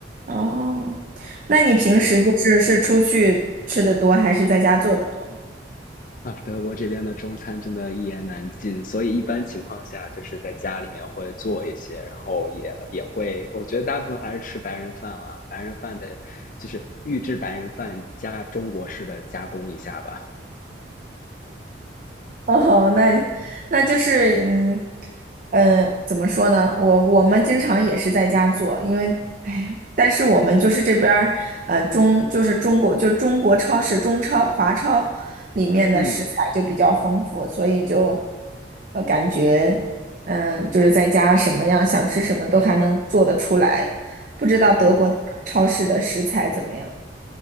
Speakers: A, on the right; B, on the left.
A: 哦，那你平时就是是出去吃的多，
B: 是的，
A: 还是在家做的多？
B: 啊，德国这边的中餐真的一言难尽，所以一般情况下就是在家里面会做一些，然后也也会，我觉得大部分还是吃白人饭啊，白人饭的，就是预制白人饭加中国式的加工一下吧。
A: <laughs> 哦，那那就是嗯嗯呃，怎么说呢？我我们经常也是在家做，因为哎呀，但是我们就是这边儿呃中就是中国就中国超市中超华超里面的食材就比较丰富，
B: 嗯，
A: 所以就呃感觉嗯、就是在家什么样想吃什么都还能做得出来。不知道德国那边儿超市的食材怎么样？
B: 哦。